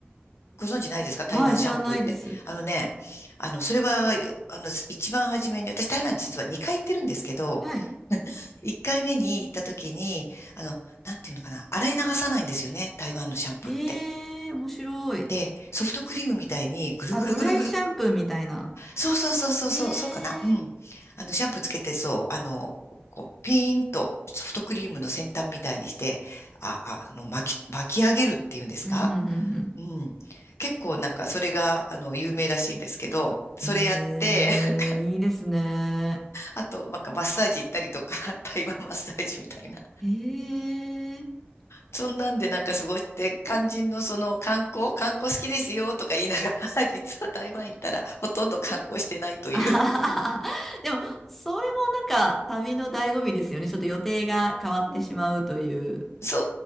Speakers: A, on the left (about 85°); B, in the centre.
A: ご存知ないですか台湾シャンプーって。
B: はい、知らないです。
A: あのね、あの、それは、よあの、一番初めに、私台湾実は2回行ってるんですけど、
B: はい。
A: 一回目に行った時に、あの、なんていうのかな、洗い流さないんですよね、台湾のシャンプーって。
B: へえ、面白い。
A: で、ソフトクリームみたいにぐるぐるぐるぐる。
B: あ、ドライシャンプーみたいな。
A: そうそうそうそうそう、
B: へえ。
A: そうかな。うん。あの、シャンプーつけて、そう、あの、こう、ピーンとソフトクリームの先端みたいにして、あ、あの、巻き、巻き上げるっていうんですか
B: うん、うん、うん、うん。
A: うん。結構なんかそれが、あの、有名らしいんですけど、それやって、
B: へえ、
A: <laughs>
B: いいですね。
A: あと、なんかマッサージ行ったりとか、<laughs> 台湾マッサージみたいな。
B: へえ。<laughs>
A: そんなんでなんか過ごして、肝心のその観光、観光好きですよとか言いながら、<laughs> 実は台湾行ったらほとんど観光してないという。
B: あはははでも、それもなんか旅の醍醐味ですよね。ちょっと予定が変わってしまうという。
A: うんそ